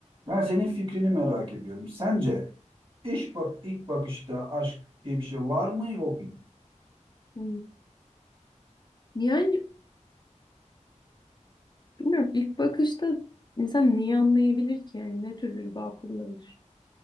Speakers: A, on the right (about 40°); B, on the left (about 35°).
A: ben senin fikrini merak ediyorum. Sence iş bak ilk bakışta aşk diye bir şey var mı yok mu?
B: Hı. Yani bilmiyorum ilk bakışta insan neyi anlayabilir ki yani ne tür bir bağ kurulabilir?